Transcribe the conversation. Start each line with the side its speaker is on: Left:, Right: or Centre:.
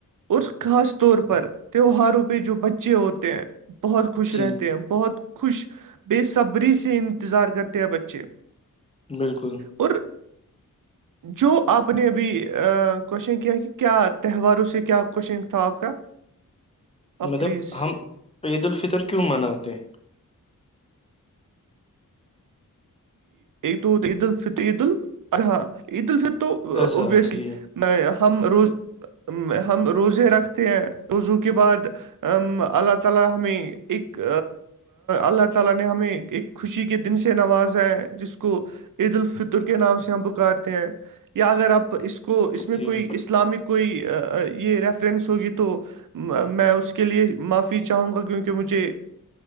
Right: اور خاص طور پر تہواروں پہ جو بچے ہوتے ہیں بہت خوش
Left: جی
Right: رہتے ہیں بہت خوش بےصبری سے انتظار کرتے ہیں بچے
Left: بالکل
Right: اور
Left: <inaudible>
Right: جو آپ نے ابھی کوشچن کیا کہ کیا تہواروں سے کیا کوشچنگ تھا آپ کا آپ
Left: مطلب
Right: پلیز
Left: ہم عید الفطر کیوں مناتے ہیں
Right: تو عید ال ف عید ہاں عید الف تو
Left: اضحیٰ
Right: ابسلی
Left: جی
Right: میں ہم روز ہم روزے رکھتے ہیں روزو کے بعد اللہ تعالی ہمیں ایک اللہ تعالی نے ہمیں ایک نوازیں ہیں جس کو عید الفطر کے نام سے ہم پکارتے ہیں یا اگر آپ اس کو کو اس میں
Left: جی
Right: کوئی اسلامک کوئی یہ ریف س ہوگی تو میں اس کے لیے معاف چاہوں گا کیونکہ مجھے